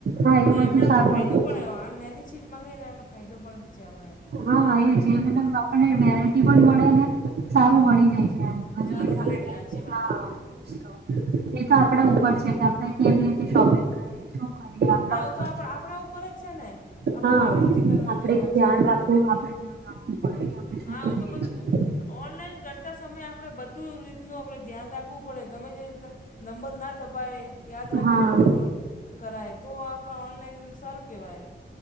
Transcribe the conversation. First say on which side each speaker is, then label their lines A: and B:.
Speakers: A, on the right (about 65°); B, on the left (about 50°).
A: હા એ
B: ને
A: બધું
B: એને આપણે
A: સારું
B: ફાયદો
A: આવે
B: પણ
A: છે
B: આમની ચીજ મંગાવાનો ફાયદો પણ છે આપણે
A: હા એ છે મતલબ આપણને વેરાયટી પણ મળે ને સારું મળી જાય છે. ઘરે
B: સારું
A: બેઠા
B: મળી
A: બેઠા
B: જાય સાચી વાત.
A: હા એ જ તો આપડા ઉપર છે કે આપણે કેવી રીતે શોપિંગ કરીશું. હા આપણા ઉપર
B: તો આપ
A: છે
B: આપણા ઉપર જ છે ને આપણે
A: હા
B: કઈ રીતે કરવાની
A: આપણે
B: સાચી
A: ધ્યાન
B: વાત
A: રાખ તો આપડે ધ્યાન રાખવું પડે કે આપણે શું
B: હા
A: કરીએ
B: હ તો બધું
A: છીએ.
B: ઓનલાઈન કરતા સમયે આપણે બધું રીતનું આપણે ધ્યાન રાખવું પડે ગમે તે રીતે નંબર ના દબાય યાદ રાખીને
A: હા.
B: બધું કરાય તો આપણ ઓનલાઈન સારું કહેવાય